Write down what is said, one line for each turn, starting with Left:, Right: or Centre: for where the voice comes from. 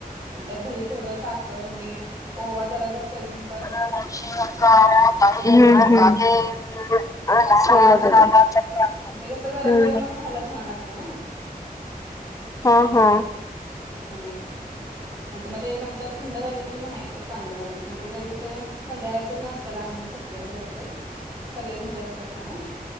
Right: त्यात दही थोडं साखर मीठ ओवा जरा अस <unintelligible>
Left: हम्म
Right: भटुऱ्याला
Left: हम्म
Right: ते घालून मग
Left: हम्म
Right: कसं गरम गरमच खायला छान ते ना
Left: हा हा
Right: हा नाही तर मग ते नंतर थंड झाले की नाही चांग लागेल मग ते कधी ते संध्याकाळच्याच नाशत्याला आम्ही शक्यता करतोय सगळे घरी असतात त्यामु